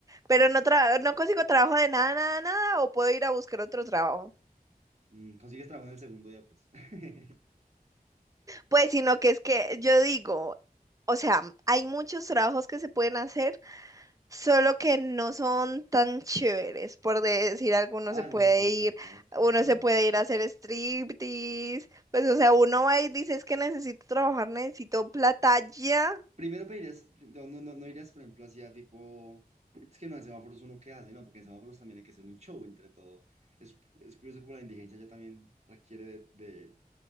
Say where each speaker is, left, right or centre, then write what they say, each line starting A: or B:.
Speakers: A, on the right; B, on the right.
A: pero no, tra- no consigo trabajo de nada, nada, nada, o puedo ir a buscar otro trabajo.
B: mm, consigues trabajo en el segundo día, pues. <laughs>
A: Pues sino que es que yo digo, o sea, hay muchos trabajos que se pueden hacer Solo que no son tan chéveres, por decir algo, uno
B: Ah,
A: se puede
B: no, toca,
A: ir,
B: toca,
A: uno
B: claro.
A: se puede ir a hacer striptease, pues o sea, uno va y dice es que necesito trabajar, necesito plata ya
B: Primero pedirías, no, no, no, no irías, por ejemplo, hacia tipo, es que no, en semáforos uno qué hace, ¿no? Porque en semáforos también hay que hacer un show entre todo. Es, es curioso como la indigencia ya también requiere de, de,